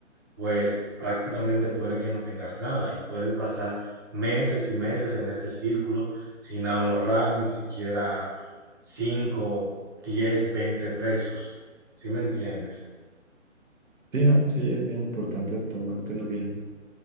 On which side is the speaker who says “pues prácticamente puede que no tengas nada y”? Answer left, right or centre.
Right